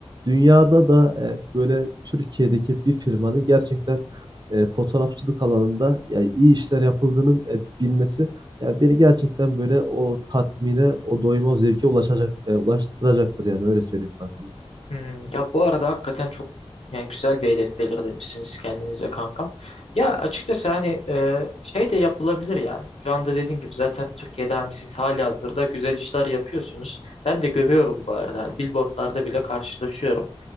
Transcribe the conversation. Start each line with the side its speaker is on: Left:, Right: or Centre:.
Right: dünyada da e, böyle Türkiye'deki bir firmanın gerçekten e, fotoğrafçılık alanında yani iyi işler yapıldığının e, bilmesi yani beni gerçekten böyle o tatmine, o doyuma, o zevke ulaşacak, e, ulaştıracaktır yani öyle söyleyeyim kankam.
Left: Hmm, ya bu arada hakikaten çok yani güzel bir hedef belirlemişsiniz kendinize kankam. Ya açıkçası hani e, şey de yapılabilir ya. Şu anda dediğim gibi zaten Türkiye'de hani siz halihazırda güzel işler yapıyorsunuz. Ben de görüyorum bu arada. Hani billboardlarda bile karşılaşıyorum.